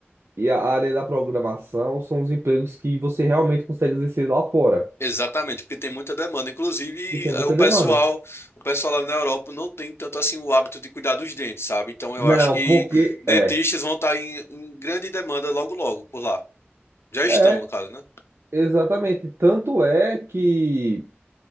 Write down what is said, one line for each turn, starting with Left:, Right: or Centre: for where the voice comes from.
Right: e a área da programação são os empregos que você realmente consegue exercer lá fora,
Left: Exatamente, porque tem muita demanda. Inclusive,
Right: que tem
Left: eh,
Right: muita
Left: o pessoal,
Right: demanda.
Left: o pessoal lá na Europa não tem tanto assim o hábito de cuidar dos dentes, sabe? Então eu
Right: Não,
Left: acho que
Right: porque
Left: dentistas
Right: é,
Left: vão estar em, em grande demanda logo logo por lá. Já estão,
Right: é
Left: no caso, né?
Right: exatamente. Tanto é que